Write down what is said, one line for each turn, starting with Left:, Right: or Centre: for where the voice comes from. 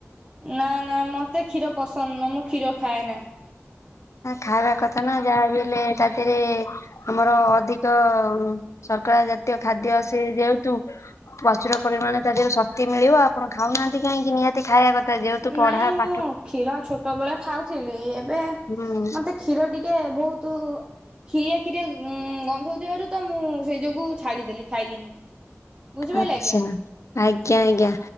Right: ନା- ନା ମତେ କ୍ଷୀର ପସନ୍ଦ ନୁହଁ, ମୁଁ କ୍ଷୀର ଖାଏନା।
Left: ଖାଇବା କଥା ନା ଯାହା ବି ହେଲେ ତା ଦେହେରେ ଆମର ଅଧିକ ସର୍କରା ଜାତୀୟ ଖାଦ୍ୟ ସେ ଯେହେତୁ ପ୍ରଚୁର ପରିମାଣ ତା ଦେହର ଶକ୍ତି ମିଳିବ। ଆପଣ ଖାଉନାହାନ୍ତି କାହିଁକି? ନିହା ଖାଇବା କଥା, ଯେହେତୁ ପଢ଼ା
Right: ନାଇଁ ମୁଁ
Left: ପାଠ
Right: କ୍ଷୀର ଛୋଟବେଳେ ଖାଉଥିଲି। ଏବେ
Left: ହୁଁ।
Right: ମତେ କ୍ଷୀର ଟିକେ ବହୁତ, କ୍ଷୀରିଆ କ୍ଷୀରିଆ ଗନ୍ଧଉଥିବାରୁ ତ ମୁଁ ସେଇ ଯୋଗୁଁ ଛାଡିଦେଲି ଖାଇଲିନି। ବୁଝିପାରିଲେ
Left: ଆଚ୍ଛା,
Right: ଆଜ୍ଞା
Left: ଆଜ୍ଞା ଆଜ୍ଞା